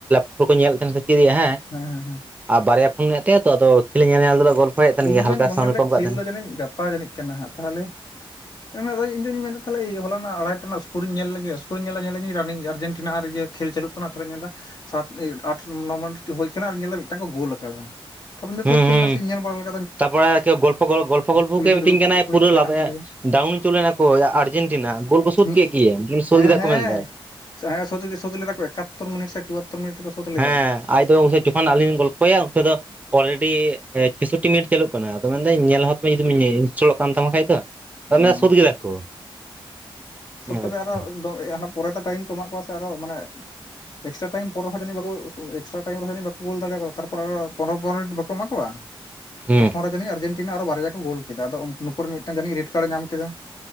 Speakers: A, on the right (about 15°); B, on the left (about 45°).
A: ᱩᱱᱠᱩ ᱠᱚ ᱧᱮᱞ ᱛᱟᱦᱮᱱᱟ ᱥᱮ ᱪᱮᱫ-ᱟ ᱦᱮᱸ
B: ᱦᱮᱸ ᱦᱮᱸ ᱦᱮᱸ
A: ᱟᱨ ᱵᱟᱨᱭᱟ ᱯᱷᱳᱱ ᱢᱮᱱᱟᱜ ᱛᱟᱭᱟ ᱛᱚ ᱟᱫᱚ ᱠᱷᱮᱞ ᱧᱮᱞᱧᱮᱞ ᱛᱩᱞᱩᱡ ᱜᱚᱞᱯᱚᱭᱮᱫ ᱛᱟᱦᱮᱸᱱ
B: ᱤᱧ
A: ᱜᱮᱭᱟ ᱦᱟᱞᱠᱟ
B: ᱢᱟᱧ ᱢᱚᱱᱮ
A: ᱥᱟᱣᱩᱱ
B: ᱞᱮᱫ
A: ᱠᱚᱢ ᱮᱢ ᱟᱠᱟᱫ
B: ᱠᱷᱮᱞ
A: ᱛᱟᱦᱮᱸᱱᱟ
B: ᱫᱚ ᱡᱟᱹᱱᱤᱡ ᱜᱟᱯᱟ ᱡᱟᱹᱱᱤᱡ ᱠᱟᱱᱟ ᱦᱟᱸᱜ ᱛᱟᱦᱚᱞᱮ ᱢᱮᱱᱮᱫᱟᱧ ᱤᱧ ᱢᱮᱱ ᱮᱫᱟ ᱛᱟᱦᱚᱞᱮ ᱦᱚᱞᱟ ᱨᱮᱱᱟᱜ ᱟᱲᱟᱭᱴᱟ ᱨᱮᱱᱟᱜ ᱥᱠᱳᱨᱤᱧ ᱧᱮᱞ ᱞᱮᱜᱮ ᱥᱠᱳᱨᱤᱧ ᱧᱮᱞᱮᱜᱮ ᱨᱟᱱᱤᱝ ᱟᱨᱡᱮᱱᱴᱤᱱᱟ ᱟᱨ ᱤᱭᱟᱹ ᱠᱷᱮᱞ ᱪᱟᱹᱞᱩᱜ ᱠᱟᱱᱟ ᱛᱟᱦᱚᱞᱮᱧ ᱢᱮᱱ ᱮᱫᱟ ᱥᱟᱛ ᱟᱴ ᱱᱚ ᱢᱮᱱᱤᱴ ᱦᱳᱭ ᱠᱟᱱᱟ ᱟᱨ ᱧᱮᱞ ᱮᱫᱟ ᱢᱤᱫᱴᱟᱝ ᱠᱚ ᱜᱳᱞ ᱟᱠᱟᱫᱟ ᱛᱟᱯᱚᱨᱮ
A: ᱦᱩᱸ
B: ᱛᱟᱦᱞᱮ ᱠᱷᱮᱞ
A: ᱦᱩᱸ
B: ᱱᱟᱥᱮ ᱱᱟᱜ ᱧᱮᱞᱜᱤᱧ
A: ᱛᱟᱯᱚᱨᱮ ᱜᱚᱞᱯᱚ ᱜᱚᱞᱯᱚ ᱜᱚᱞᱯᱚ
B: ᱠᱩᱞᱦᱤ
A: ᱜᱮ ᱢᱤᱛᱟᱹᱧ
B: ᱫᱩᱲᱩᱵ
A: ᱠᱟᱱᱟᱭ
B: ᱦᱩᱭ
A: ᱯᱩᱨᱟᱹ
B: ᱛᱟᱦᱮᱸ ᱠᱟᱱ ᱛᱟᱞᱮᱭᱟ
A: ᱰᱟᱣᱩᱱᱤ ᱪᱚᱞ ᱞᱮᱱᱟ ᱠᱩ ᱟᱨᱡᱮᱱᱴᱤᱱᱟ ᱜᱳᱞ ᱠᱚ ᱥᱳᱫ
B: ᱦᱩᱸ
A: ᱠᱮᱫ ᱜᱮᱭᱟ ᱥᱳᱫ
B: ᱦᱮᱸ
A: ᱠᱮᱫᱟ
B: ᱦᱮᱸ
A: ᱠᱚ ᱢᱮᱱᱮᱫᱟᱭ
B: ᱦᱮᱸ ᱥᱳᱛ ᱥᱳᱛᱷ ᱞᱮᱫᱟ ᱠᱚ ᱮᱠᱟᱛᱚᱨ ᱢᱤᱱᱤᱴ ᱥᱮ ᱪᱩᱣᱟᱛᱚᱨ ᱢᱤᱱᱤᱴ ᱨᱮᱠᱚ ᱥᱳᱫ ᱞᱮᱫᱟ
A: ᱦᱮᱸ ᱟᱡ ᱫᱚ ᱩᱱ ᱡᱚᱠᱷᱚᱱ ᱟᱹᱞᱤᱧ ᱜᱚᱞᱯᱚᱭᱟ ᱩᱱᱛᱮ ᱫᱚ ᱚᱞᱨᱮᱰᱤ ᱪᱳᱥᱚᱴᱴᱤ ᱢᱤᱱᱤᱴ ᱪᱟᱹᱞᱩᱜ ᱠᱟᱱᱟ ᱟᱫᱚ ᱢᱮᱱᱫᱟᱹᱧ ᱧᱮᱞ ᱦᱚᱫ ᱡᱩᱫᱤᱢ ᱤᱱᱥᱴᱚᱞᱚᱜ ᱠᱟᱱ ᱛᱟᱢᱟ ᱠᱷᱟᱡ ᱫᱚ ᱚᱱᱟ
B: ᱚ
A: ᱥᱩᱫ ᱠᱮᱫᱟ ᱠᱚ
B: ᱥᱩᱛ ᱠᱟᱛᱮᱜ
A: ᱟᱪᱪᱷᱟ
B: ᱟᱨᱚ ᱯᱚᱨᱮᱛᱮ ᱴᱟᱭᱤᱢ ᱠᱚ ᱮᱢᱟᱜ ᱠᱚᱣᱟ ᱥᱮ ᱟᱨᱚ ᱢᱟᱱᱮ ᱮᱠᱥᱴᱨᱟ ᱴᱟᱭᱤᱢ ᱯᱚᱨ ᱨᱮᱦᱚ ᱡᱟᱹᱱᱤᱡ ᱵᱟᱠᱩ ᱮᱠᱥᱴᱨᱟ ᱴᱟᱭᱤᱢ ᱨᱮᱦᱚ ᱡᱟᱹᱱᱤᱡ ᱵᱟᱠᱩ ᱜᱳᱞ ᱫᱟᱲᱮᱭᱟᱫᱟ ᱛᱟᱨᱯᱚᱨᱮ ᱯᱚᱱᱮᱨᱚ ᱯᱚᱱᱮᱨᱳ ᱢᱤᱱᱤᱴ ᱵᱟᱠᱚ ᱮᱢᱟ ᱠᱚᱣᱟ
A: ᱦᱩᱸ
B: ᱛᱚᱠᱷᱚᱱ ᱡᱟᱹᱱᱤᱡ ᱟᱨᱡᱮᱱᱴᱤᱱᱟ ᱟᱨᱚ ᱵᱟᱨᱭᱟ ᱠᱚ ᱜᱳᱞ ᱠᱮᱫᱟ ᱟᱫᱚ ᱱᱩᱠᱩ ᱨᱮᱱ ᱢᱤᱫᱴᱟᱝ ᱡᱟᱹᱱᱤᱡ ᱨᱮᱰ ᱠᱟᱲᱮ ᱧᱟᱢ ᱠᱮᱫᱟ ᱾